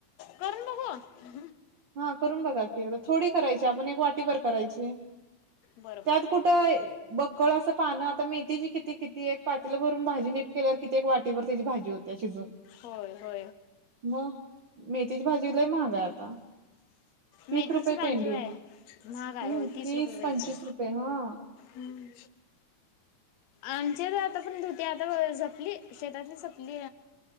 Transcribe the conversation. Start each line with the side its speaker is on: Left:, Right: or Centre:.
Left: करून बघू
Right: हा करून बघा की थोडी करायची आपण एक वाटीभर करायची
Left: बरं
Right: त्यात कुठं बकळ असं पानं आता मेहथीची किती किती एक पातीला भरून भाजी नीट केल्यावर किती एक वाटीवरर त्याची भाजी होत्या शिजून
Left: हो हो
Right: मग मेथीची भाजीलाही महागा आहे आता तीस
Left: मेथीची
Right: रुपये
Left: पांजे
Right: पेंडी
Left: बा आहे महागय
Right: हम्म
Left: हो तीस रुपये
Right: पंचवीस
Left: ज
Right: रुपये हा.
Left: हम् आमच्यात आता पर्यंत होती, आता झपली शेतातली सपली.